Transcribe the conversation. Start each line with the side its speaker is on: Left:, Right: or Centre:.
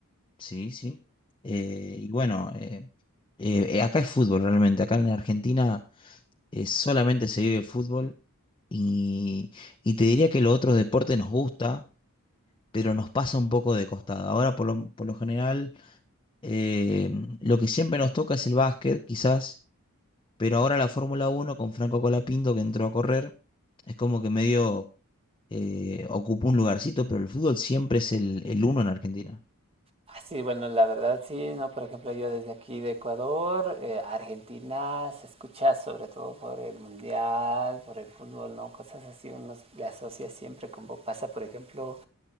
Left: Sí, sí. Eh, y bueno, eh, eh, acá es fútbol realmente. Acá en Argentina eh, solamente se vive el fútbol. Y, y te diría que los otros deportes nos gusta, pero nos pasa un poco de costado. Ahora, por lo, por lo general, eh, lo que siempre nos toca es el básquet, quizás Pero ahora la Fórmula uno con Franco Colapinto que entró a correr, es como que medio eh, ocupó un lugarcito, pero el fútbol siempre es el, el uno en Argentina.
Right: Ah, Sí, bueno, la verdad sí, ¿no? Por ejemplo, yo desde aquí de Ecuador, eh, Argentina, se escucha sobre todo por el mundial, por el fútbol, ¿no? Cosas así, uno le asocia siempre, como pasa, por ejemplo,